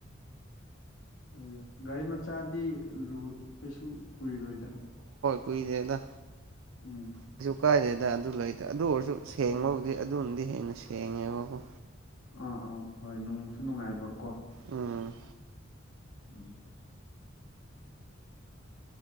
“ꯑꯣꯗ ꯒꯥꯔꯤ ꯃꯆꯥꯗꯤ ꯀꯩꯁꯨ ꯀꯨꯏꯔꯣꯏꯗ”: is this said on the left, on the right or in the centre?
Left